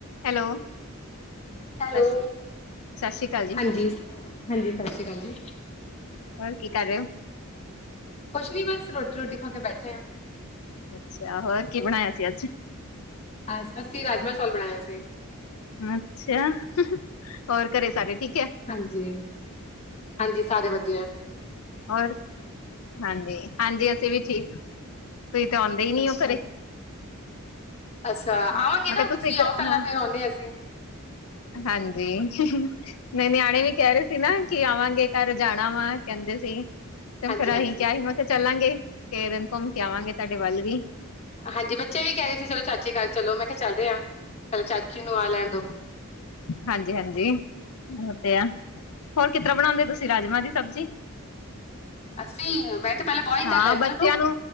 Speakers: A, on the left; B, on the left.
A: hello.
B: Hello,
A: ਸ ਸਤਿ ਸ੍ਰੀ ਅਕਾਲ ਜੀ
B: ਹਾਂਜੀ, ਹਾਂਜੀ ਸਾਸੀ ਕਾਲ ਜੀ।
A: ਹੋਰ ਕੀ ਕਰ ਰਹੇ ਹੋ
B: ਕੁਛ ਨੀ ਬਸ ਰੋਟੀ ਰੋਟੀ ਖਾ ਕੇ ਬੈਠੇ ਆਂ।
A: ਅੱਛਾ, ਹੋਰ ਕੀ ਬਣਾਇਆ ਸੀ ਅੱਜ।
B: ਅ ਅਸੀਂ ਰਾਜਮਾ ਚੋਲ ਬਣਾਇਆ ਸੀ
A: ਅੱਛਾ! ਹੋਰ ਘਰੇ ਸਾਰੇ ਠੀਕ ਹੈ।
B: ਹਾਂਜੀ- ਹਾਂਜੀ ਸਾਰੇ ਵਧੀ
A: ਹੋਰ, ਹਾਂਜੀ, ਹਾਂਜੀ ਅਸੀਂ ਵੀ ਠੀਕ। ਤੁਸੀ ਤਾਂ ਆਉਂਦੇ ਹੀ ਨੀ
B: ਅੱਛਾ
A: ਉਹ ਘਰੇ।
B: ਅੱਛਾ, ਆਵਾਂਗੇ
A: ਮੈਂ
B: ਨਾ,
A: ਕਿਹਾ
B: ਤੁਸੀਂ ਆਓ ਪਹਿਲਾਂ,
A: ਹਾਂ
B: ਫੇਰ ਆਉਂਨੇ ਆ ਅਸੀਂ
A: ਹਾਂਜੀ, ਨਹੀ ਨਿਆਣੇ ਵੀ ਕਹਿ ਰਹੇ ਸੀ ਨਾ, ਕਿ ਆਵਾਂਗੇ ਘਰ ਜਾਣ ਤਾਵਾ ਕਹਿੰਦੇ ਸੀ, ਤੇ
B: ਹਾਂਜੀ
A: ਫੇਰ
B: ਹਾਂਜੀ
A: ਅਹੀ ਕਿਆ ਸੀ ਮਤ ਤੇ ਚੱਲਾਂਗੇ ਫਿਰ ਘੁੰਮ ਕੇ ਆਵਾਂਗੇ ਤੁਆਡੇ ਵੱਲ ਵੀ
B: ਹਾਂਜੀ, ਬੱਚੇ ਵੀ ਕੈ ਰਏ ਸੀ ਚਲੋ ਚਾਚੀ ਕਰ ਚਲੋ ਮੈਂ ਕਿਆ ਚੱਲਦੇ ਆ ਪਹਿਲਾਂ ਚਾਚੀ ਨੂੰ ਆ ਲੈਣ ਦੋ।
A: ਹਾਂਜੀ-ਹਾਂਜੀ, ਉਹ ਤੇ ਆ, ਹੋਰ ਕਿਸ ਤਰਾਂ ਬਣਾਉਂਦੇ ਤੁਸੀਂ ਰਾਜਮਾਂ ਦੀ ਸਬਜ਼ੀ।
B: ਅਸੀਂ ਮੈਂ ਤੇ ਪਹਿਲਾਂ ਬੋਇਲ
A: ਹਾਂ
B: ਕਰ ਲੈਂਦੀ
A: ਬੱਚਿਆਂ
B: ਉਹਨੂੰ
A: ਨੂੰ,